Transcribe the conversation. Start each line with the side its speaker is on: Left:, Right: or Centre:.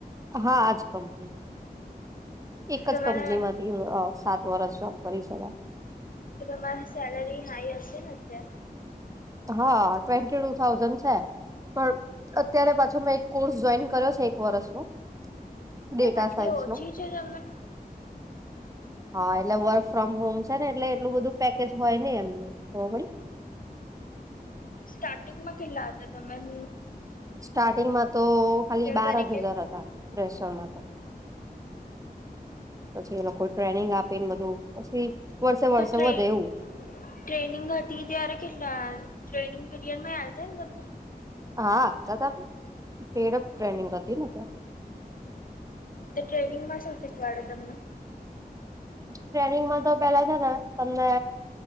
Right: હા આજ કંપની એક
Left: તમારે
Right: જ કંપની માંથી સાત વરષ જોબ કરી શકાય
Left: તો તમારી સેલરી હાઈ હશે ને અત
Right: હા ટ્વેન્ટી ટુ થાઉઝન્ડ છે. પણ અત્યારે પાછું મેં એક કોર્સ જોઈન કર્યો છે, એક વર્ષ નો. ડેટા
Left: કેમ આટલી
Right: સયન્સનું
Left: ઓછી છે <inaudible>
Right: હા એટલે વર્ક ફ્રોમ હોમ છે ને એટલે એટલું બધું પેકેજ હોય નહી એમનું, ખબર પડી
Left: સ્ટાર્ટિંગ માં કેટલા હતા તમેન
Right: સ્ટાર્ટિંગમાં તો ખાલી બાર
Left: તરીકે
Right: જ હજાર હતા. પ્રેશર મા તો, પછી એ લોકો ટ્રેનિંગ આપીને બધું પછી વર્ષે વર્ષે
Left: તો ટ્રેન
Right: વધે એવું.
Left: ટ્રેનિંગ હતી ત્યારે કેટલા? ટ્રેનિંગ પીરિયડમાં આલતા તમને?
Right: હા તા ત, પેડ ઓફ ટ્રેનિંગ હતી ને ત્યાં.
Left: તો ટ્રેનિંગમાં શું શીખવાડે તમને?
Right: ટ્રેનિંગ માં તો પેલા છે ને અમને